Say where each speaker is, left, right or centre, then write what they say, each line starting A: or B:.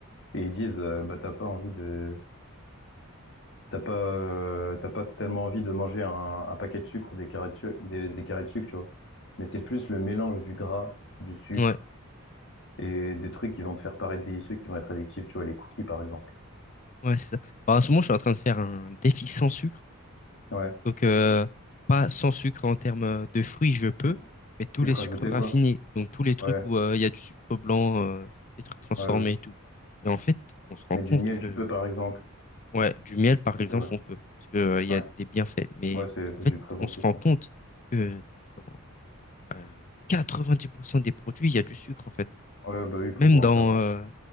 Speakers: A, on the left (about 55°); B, on the left (about 35°).
A: et ils disent, euh, bah, t'as pas envie de, t'as pas, euh, t'as pas tellement envie de manger un, un paquet de sucre ou des carrés de sucre, des, des carrés de sucre, tu vois. Mais c'est plus le mélange du gras, du sucre
B: Ouais,
A: et des trucs qui vont te faire paraître délicieux, qui vont être addictifs, tu vois, les cookies, par exemple.
B: ouais, c'est ça. Bah, en ce moment, je suis en train de faire un défi sans sucre.
A: Ouais.
B: Donc, euh, pas sans sucre en termes euh, de fruits, je peux,
A: Su-
B: mais tous
A: Sucre
B: les sucres
A: rajouté,
B: raffinés,
A: quoi.
B: donc tous les trucs
A: Ouais,
B: où euh, il y a du sucre blanc, euh, des trucs transformés
A: ouais, ouais.
B: et tout. Et en fait, on se rend
A: Mais
B: compte
A: du miel,
B: que,
A: tu peux, par exemple.
B: ouais, du miel, par
A: Ok,
B: exemple,
A: ouais.
B: on peut, parce que, euh, il y
A: Ouais.
B: a des bienfaits. Mais
A: Ouais, c'est c'est
B: en fait,
A: du très bon
B: on
A: sucre.
B: se rend compte que dans euh, 90% des produits, il y a du sucre, en fait.
A: Ouais, bah oui, pour
B: Même
A: rendre
B: dans,
A: ça. bon.
B: euh,